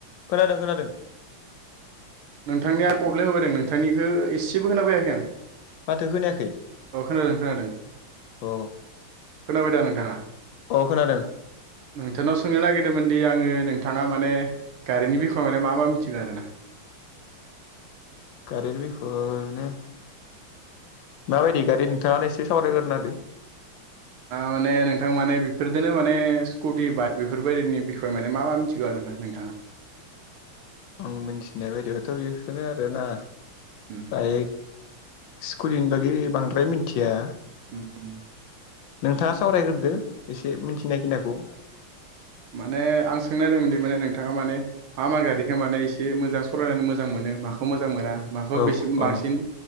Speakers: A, on the left; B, on the right.
A: खोनादों खोनादों।
B: नोंथांनिया प्रब्लेम होबायदों नोंथांनिखौ एसेबो खोना बायाखै आं।
A: माथो खोनायाखै।
B: अ खोनादों खोनादों।
A: अ।
B: खोनाबाय दा नोंथाङा?
A: अ खोनादों।
B: नोंथांनाव सोंनो नागिरदोंमोनदि आङो नोंथाङा माने गारनि बिख' माने मा मा मिथिगौ आरोना।
A: गारिनि बिखयाने माबायदि गारि नोंथाङा एसे सावरायग्रोना होदो।
B: माने नोंथां माने बेफोरदोननो माने स्कुटि बाइक बेफोरबायदिनि बिखय माने मा मोन थिग' आर ना नोंथाङा।
A: आ मिथिनाय बायदिबथ' बेखौनो आरोना
B: उम
A: बाइक स्कुिनि बागै बांद्राय मिथिया।
B: उम
A: नोंथाङा सावरायग्रोदो एसे मिन्थिनाय खिनाखौ।
B: माने आं सोंनायिरदोंमोनदि माने नोंथाङा माने मा मा गारिखो माने एसे मोजां सालायनानै मोजां मोनो माखौ खौ मोजां मोना माखौ
A: औ
B: बेसे
A: औ
B: बांसिन